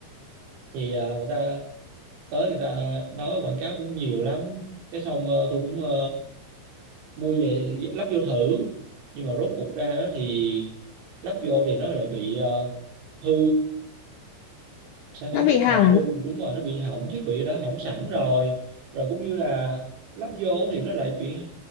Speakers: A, on the right; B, on the left.
A: thì ờ, người ta tới người ta nói quảng cáo cũng nhiều lắm cái xong ờ, tôi cũng ờ, mua về lắp vô thử nhưng mà rốt cuộc ra đó thì lắp vô thì nó lại bị ờ, hư sản phẩm
B: nó bị
A: đồ
B: hỏng.
A: hư đúng rồi nó bị hỏng thiết bị đã hỏng sẵn rồi rồi cũng như là lắp vô thì nó lại bị